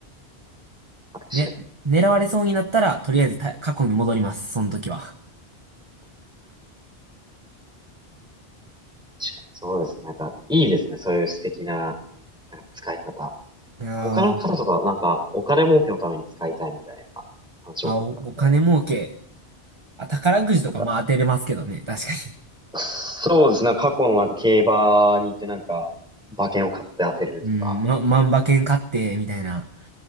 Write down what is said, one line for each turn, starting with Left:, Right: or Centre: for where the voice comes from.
Centre: 確かに、
Right: ね、狙われそうになったら、とりあえずた過去に戻ります、その時は。
Centre: 確かに。そうですね。なんかいいですね。そういう素敵な、なんか使い方。
Right: あー、
Centre: 他の方とかなんかお金儲けのために使いたいみたいな話多かったので。
Right: あ、お、お金儲け。あ、宝くじとかまあ当てれますけどね、
Centre: なんか、
Right: 確か
Centre: そうですね。なんか過去のなんか競馬に行ってなんか馬券を買って当てるとか。
Right: に。うん、ま、万馬券買って、みたいな。